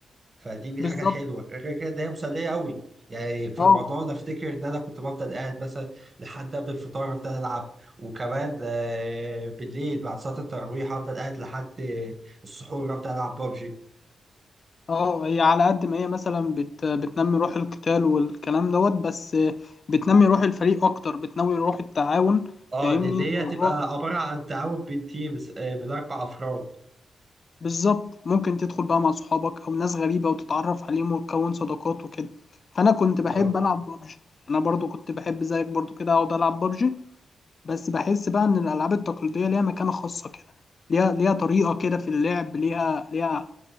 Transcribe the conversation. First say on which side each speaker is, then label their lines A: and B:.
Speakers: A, on the right (about 35°); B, on the left (about 45°).
A: فدي من الحاجات
B: بالظبط
A: الحلوه غير كده إن هي مسليه قوي يعني في
B: أه
A: رمضان افتكر ان انا كنت بفضل قاعد مثلا لحد قبل الفطار افضل العب وكمان آه، بالليل بعد صلاه التراويح افضل قاعد لحد آه، السحور افضل العب ببجي
B: أه هي على قد ما هي مثلا بت... بتنمي روح القتال والكلام دوت بس آه، بتنمي روح الفريق أكتر بتنمي روح التعاون
A: اه
B: فاهمني
A: دي دي
B: الموضوع
A: هتبقى عباره عن تعاون بين تيم من اربع افراد
B: بالظبط ممكن تدخل بقى مع صحابك او ناس غريبه وتتعرف عليهم وتكون صداقات وكده فانا كنت بحب
A: اه
B: العب بابجي انا برضو كنت بحب زيك برضو كده اقعد العب بابجي بس بحس بقى ان الالعاب التقليديه ليها مكانه خاصه كده ليها ليها طريقه كده في اللعب ليها ليها